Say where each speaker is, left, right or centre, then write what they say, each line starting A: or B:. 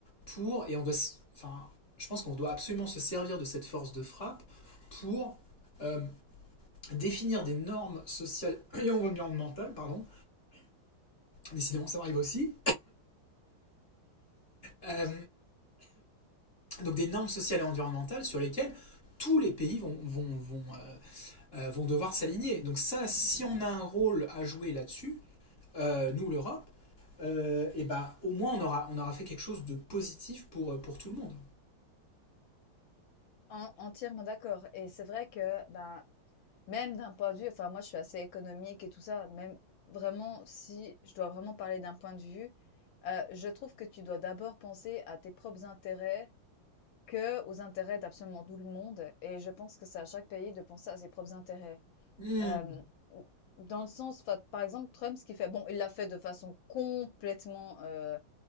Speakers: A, on the left; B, on the left.
A: pour, et on doit, s- enfin, je pense qu'on doit absolument se servir de cette force de frappe pour euh, définir des normes sociales et environnementales, pardon, décidément ça m'arrive aussi, euh, Donc des normes sociales et environnementales sur lesquelles tous les pays vont, vont, vont, euh, euh, vont devoir s'aligner. Donc ça, si on a un rôle à jouer là-dessus, euh, nous l'Europe, euh, et ben au moins on aura, on aura fait quelque chose de positif pour, euh, pour tout le monde.
B: En entièrement d'accord et c'est vrai que, ben, Même d'un point de vue enfin moi je suis assez économique et tout ça, même vraiment si je dois vraiment parler d'un point de vue, heu, je trouve que tu dois d'abord penser à tes propres intérêts que aux intérêts d'absolument tout le monde et je pense que c'est à chaque pays de penser à ses propres intérêts.
A: Mm,
B: Hem, mmh, dans le sens enfin, par exemple, Trump, ce qu'il fait, bon, il l'a fait de façon complètement, heu,